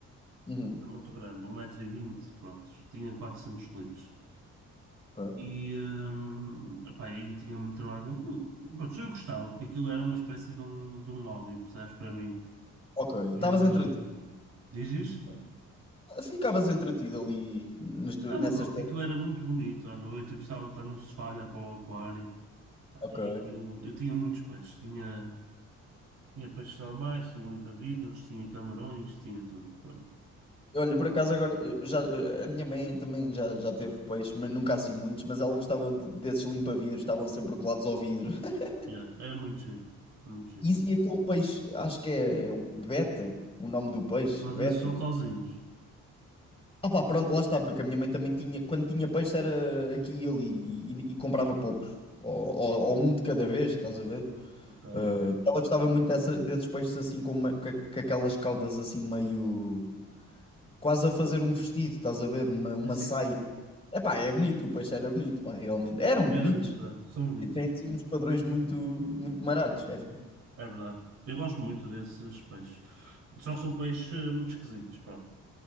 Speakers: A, on the left (about 20°); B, on the right (about 60°).
A: Uhum.
B: era muito grande, um metro e vinte pronto, tinha 400 litros.
A: Ok,
B: E, hum, epá, e tinha muito trabalho com aquilo. Pronto, eu gostava, porque aquilo era uma espécie de um, de um hobby, percebes, para mim.
A: Ok. Estavas
B: E eu, hum,
A: entretido.
B: diz isto?
A: Ficavas entretido ali nas
B: Ficava,
A: tu- nessas.
B: pá, porque
A: te-
B: aquilo era muito bonito à noite, eu gostava de estar no sofá, a olhar para o aquário. Pá,
A: ok.
B: E aquilo, eu tinha muitos peixes, tinha, tinha peixes normais, tinha limpa-vidros, tinha camarões, tinha tudo. Pronto,
A: Olha, por acaso agora, eh, já, eh, a minha mãe também já, já teve peixe, mas nunca assim muitos, mas ela gostava de- desses limpa-vidros, estavam sempre colados ao vidro. <laughs>
B: yeah, era muito giro, muito giro.
A: Isso e aquele peixe, acho que é beta, o nome do peixe,
B: Mas
A: beta.
B: esses são sozinhos,
A: Ah pá, pronto, lá está, porque a minha mãe também tinha, quando tinha peixe era aqui e ali, e, e comprava poucos, ou, ou- ou um de cada vez, estás a ver?
B: ok?
A: Ela gostava muito dessa- desses peixes assim com, uma- ca- com aquelas caudas assim meio quase a fazer um vestido, estás a ver? Uma, uma
B: Sim, sim,
A: saia. Epá, é bonito, o peixe era bonito, pá, realmente. Eram
B: era
A: bonitos.
B: bonito, era. São bonitos.
A: E tem assim uns padrões muito, muito marados. É, fixe.
B: É verdade. Eu gosto muito desses peixes. Só que são peixes eh, muito esquisitos, pronto.